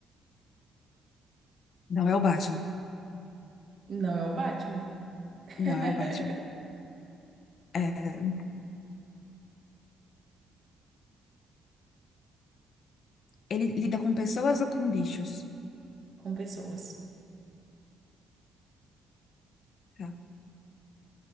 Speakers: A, on the left; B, on the right.
A: Não é o Batman.
B: Não é o Batman. <laughs>
A: Não é o Batman. É, Ele lida com pessoas ou com bichos?
B: com pessoas.
A: Tá.